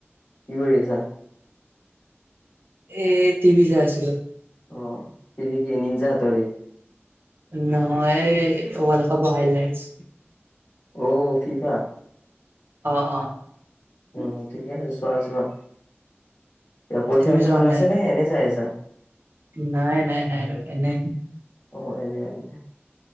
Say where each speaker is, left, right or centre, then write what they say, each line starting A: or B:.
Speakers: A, on the left; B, on the right.
A: কি কৰি আছা।
B: এ টিভি যে আছিলো
A: অ টিভি কি নিঞ্জ হাতৰি
B: নহয় ৱৰ্ল্ড কাপৰ হাইলাইট
A: অ ফিফা
B: অ অ
A: উম ঠিকে আছে চোৱা চোৱা। ক পইছা
B: তুমি
A: উচাচা
B: চোৱা
A: নাই এনে চাই আ ছা
B: নাই নাই নাই ত এনে
A: অ এনে এনে